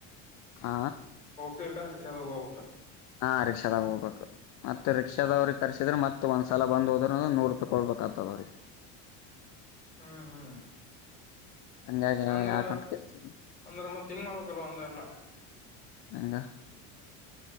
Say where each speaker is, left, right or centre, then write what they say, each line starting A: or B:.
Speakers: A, on the left; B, on the left.
A: ಹ
B: ಕ್ಕಾ್ರರಿಕ್ಷದ ಹಊೋಗಾ
A: ಹಾ ರಿಕ್ಷಾದಾಗ ಹೋಗ್ಬೇಕ ಮತ್ ರಿಕ್ಷಾದವ್ರರು ಕರ್ಸಿದ್ರೆ ಮತ್ತತ್ ಒಂದ್ ಸಲ ಬಂದ ಹೋದ್ರ ನೂರು ರೂಪಾಯಿ ಕೊಡ್ಬೇಕು ಕಲಕತ ರಿ
B: ಹ್ಮ್ ಹ್ಮ್
A: ಹಂಗಾಗಿ
B: ಅಂದ್ರ
A: ಯಾಕಂತ ಕೇಳ್ಸ್ತೀನಿ
B: ಅಂದ್ರ ಮತ್ತ ಹೆಿಂಗ್ ಮಾಡ್ಬೇಕಲ್ವ ಅಂದನ
A: ನಂಗಂಗ